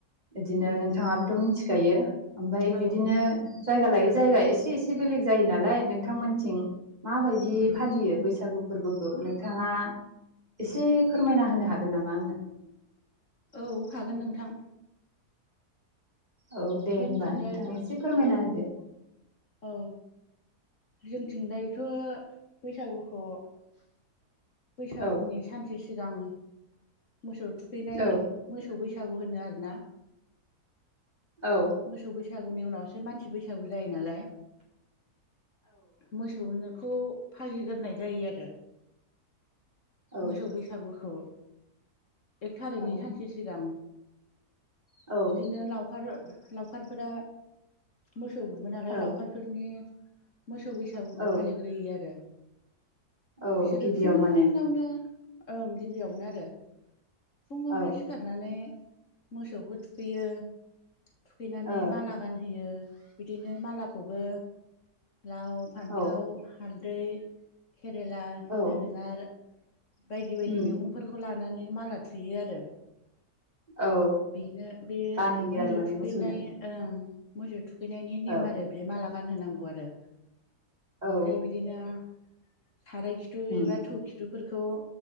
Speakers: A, on the right; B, on the left.
A: बिदिनो
B: उम
A: नोंथाङाबोथ' मिथि खायो ओमफ्राय बिदिनो
B: औ
A: जायगा लायै जायगा एसे एसे बेलेग जायो नालाय नोंथांमोनथिं माबायदि
B: उम
A: फालियो बैसागु फोरबोखौ नोंथाङा एसे फोरमायना होनो हागोन नामा आंनो?
B: औ हागोन नोंथां।
A: औ दे
B: जोंथिंजायथ'
A: होमबा नोंथां एसे फोरमायना
B: औ
A: होदो।
B: औ जोंनिथिं दायथ' बैसागुखौ बैसागुनि
A: औ
B: सानसे सिगां मोसौ थुखैनाय
A: औ
B: मोसौ बैस सागु होनो आरोना
A: औ
B: मोसौ बैस सागुनि उनावसो मानसि बैसागु जायो नालाय मोसौनो खौ फालिगोरनाय जायो आरो
A: औ
B: मोसौ बैसागुखौ एक थारिखनि
A: औ औ
B: सानसे सिगां
A: औ
B: बिदिनो लावखार लावखारफोरा मोसौ गुमो नालाय
A: औ
B: लावखारफोरनि मोसौ बैसागुखौ
A: औ
B: फालिग्रोयो आरो
A: औ
B: बिसोरो
A: गिबियाव
B: फुंङावनो
A: माने
B: ओं गिबियावनो आरो फुङावनो
A: औ ओ
B: सिखारनानै मोसौखो थुखैयो थुखैनानै
A: ओ
B: माला गानहोयो बिदिनो मालाखौबो लाव फान्थाव
A: औ
B: हाल दै केरेला
A: औ
B: जोगोनार बायदि बायदि
A: उम
B: मैगंफोरखौ ला माने माला थुयो आरो
A: औ
B: बेनो बे
A: गानहोयो आरो
B: मोसौ
A: माने
B: थुखैनाय
A: मोसौनो
B: ओं मोसौ थु खैनायनि नेम
A: औ
B: आरो बे माला गानहोनांगौ आरो
A: औ
B: ओमफ्राय बिदिनो साराय खिथु
A: उम
B: एबा थौ खिथुफोरखौ